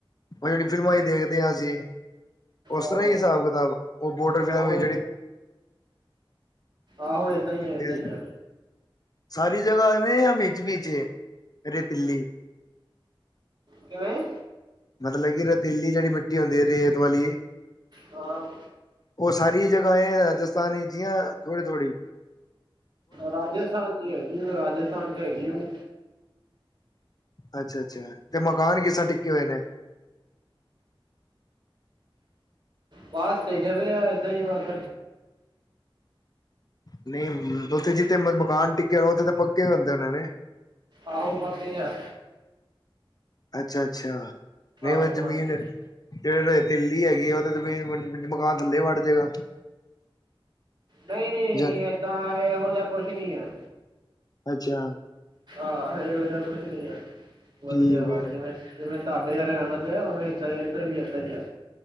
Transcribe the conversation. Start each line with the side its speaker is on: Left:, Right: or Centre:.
Left: ਉਹ ਜਿਹੜੀ ਫਿਲਮਾਂ ਚ ਦੇਖਦੇ ਹਾਂ ਅਸੀਂ, ਉਸ
Right: ਆਹੋ,
Left: ਤਰ੍ਹਾਂ ਹੀ ਹਿਸਾਬ ਕਿਤਾਬ ਉਹ ਬੋਰਡਰ ਫਿਲਮ
Right: ਆਹੋ,
Left: ਜਿਹੜੀ
Right: ਆਹੋ, ਏਦਾਂ ਹੀ ਆ,
Left: ਜਿਹੜੀ
Right: ਏਦਾਂ ਹੀ ਆ।
Left: ਸਾਰੀ ਜਗ੍ਹਾ ਐਵੇਂ ਆ ਵਿਚ- ਵਿਚ ਰੇਤੀਲੀ?
Right: ਕਿਵੇਂ?
Left: ਮਤਲਬ ਕਿ ਰੇਤੀਲੀ ਜਿਹੜੀ ਮਿੱਟੀ ਹੁੰਦੀ ਆ, ਰੇਤ ਵਾਲੀ
Right: ਹਾਂ!
Left: ਉਹ ਸਾਰੀ ਜਗ੍ਹਾ ਐ ਰਾਜਸਥਾਨ ਵਿਚ ਹੀ ਜਾਂ ਥੋੜੀ- ਥੋੜ੍ਹੀ
Right: ਰਾਜਸਥਾਨ ਚ ਹੈਗੀ, ਉਹ ਰਾਜਸਥਾਨ ਚ ਹੈਗੀ ਏ।
Left: ਅੱਛਾ, ਅੱਛਾ ਤੇ ਮਕਾਨ ਕਿਸ ਤਰ੍ਹਾਂ ਟਿੱਕੇ ਹੋਏ ਨੇ?
Right: ਬਸ ਟਿਕੇ ਵੇ ਆ, ਏਦਾਂ ਹੀ ਬਸ।
Left: ਨਹੀਂ ਉੱਥੇ ਜਿੱਥੇ ਮਕਾਨ ਟਿੱਕੇ ਆ, ਉੱਥੇ ਤਾਂ ਪੱਕੇ ਹੁੰਦੇ ਹੋਣੇ ਨੇ।
Right: ਆਹੋ ਪੱਕੇ ਆ।
Left: ਅੱਛਾ, ਅੱਛਾ ਨਹੀਂ
Right: ਆਹੋ
Left: ਮਤਲੱਬ ਜਮੀਨ,
Right: ਹਾਂਜੀ
Left: ਜਿਹੜੇ ਰੇਤਿੱਲੀ ਹੈਗੀ ਆ, ਉਹਦੇ ਜਮੀਨ ਮਕਾਨ ਥੱਲੇ ਵੱੜ ਜਾਏਗਾ।
Right: ਨਹੀਂ, ਨਹੀਂ,
Left: ਜ
Right: ਨਹੀਂ ਏਦਾਂ, ਇਹੋ ਜਿਹਾ ਕੁਛ ਨਹੀਂ ਆ।
Left: ਅੱਛਾ।
Right: ਆਹ ਇਹੋ ਜਾ ਕੁਛ ਨੀ ਆ, ਵਧੀਆ
Left: ਠੀਕ
Right: ਵਾ
Left: ਹੈ
Right: ਜਿਵੇਂ ਜਿਵੇ ਤੁਹਾਡੇ ਹਰਿਆਣਾ ਚ ਆ, ਓਵੇਂ ਏਦਾ ਏਧਰ ਵੀ ਏਦਾ ਹੀ ਆ।